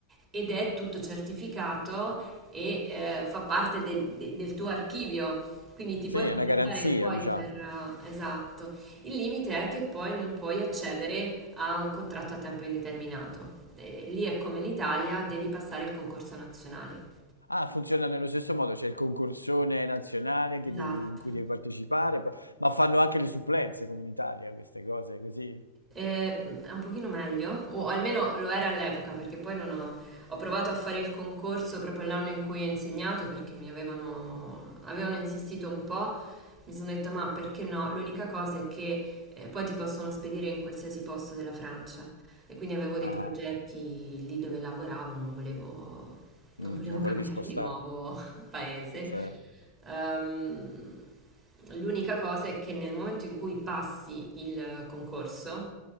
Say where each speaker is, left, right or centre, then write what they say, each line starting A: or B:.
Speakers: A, on the right; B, on the left.
A: ed è tutto certificato e eh, fa parte de- de- del tuo archivio quindi ti
B: Sì,
A: puoi
B: è
A: presentare
B: una garanzia,
A: poi
B: diciamo.
A: per... eh, Esatto. Il limite è che poi non puoi accedere a un contratto a tempo indeterminato. Eh, lì è come l'Italia, devi passare il concorso nazionale.
B: Ah, funziona nello stesso modo, c'è il concorsone nazionale che
A: Esatto.
B: devi- in cui devi partecipare, poi- ma fanno anche le supplenze come in Italia, queste cose così?
A: Eh, è un pochino meglio, o almeno lo era all'epoca, perché poi non ho, ho provato a fare il concorso proprio l'anno in cui ho insegnato, perché mi avevano, avevano insistito un po', mi sono detta ma perché no? L'unica cosa è che eh, poi ti possono spedire in qualsiasi posto della Francia e quindi avevo dei
B: Ah,
A: progetti lì dove lavoravo, non volevo, non
B: mm,
A: volevo
B: non
A: <laughs> cambiare
B: volevi spostare.
A: di nuovo <laughs> paese.
B: Cioè...
A: Ehm, L'unica cosa è che nel momento in cui passi il concorso,